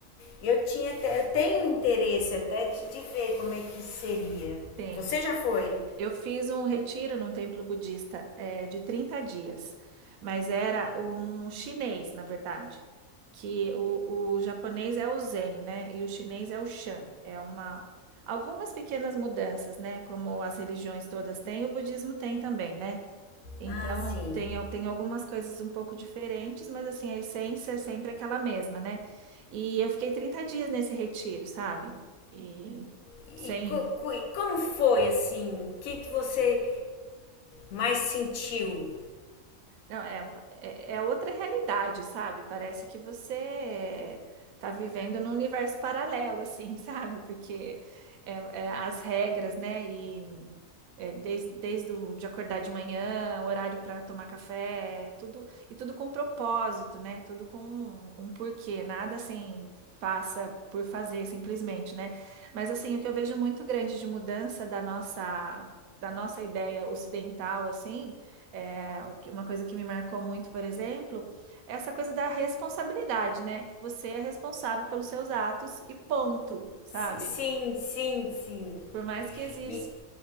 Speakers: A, on the left; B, on the right.
A: eu tinha eu tenho interesse até de, de ver como é que seria.
B: sim.
A: Você já foi?
B: Eu fiz um retiro num templo budista, eh, de 30 dias, mas era um chinês, na verdade, que o, o japonês é o Zen, né? E o chinês é o Shan. É uma algumas pequenas mudanças, né? Como as religiões todas têm, o budismo tem também, né? Então
A: Ah, sim.
B: tem, al- tem algumas coisas um pouco diferentes, mas assim, a essência é sempre aquela mesma, né? E eu fiquei 30 dias nesse retiro, sabe? E
A: E,
B: sem
A: co- co- como foi assim? O que, que você mais sentiu?
B: Não, é, é é outra realidade, sabe? Parece que você está vivendo num universo paralelo, assim, <laughs> sabe? Porque é, é, as regras, né? E é, desde, desde o, de acordar de manhã, horário para tomar café, tudo e tudo com propósito, né? Tudo com um, um porquê, nada assim faça por fazer simplesmente, né? Mas assim, o que eu vejo muito grande de mudança da nossa da nossa ideia ocidental, assim, é, o que- uma coisa que me marcou muito, por exemplo, é essa coisa da responsabilidade, né? Você é responsável pelos seus atos e ponto, sabe?
A: Si- Sim, sim, sim.
B: Por mais que exista.
A: E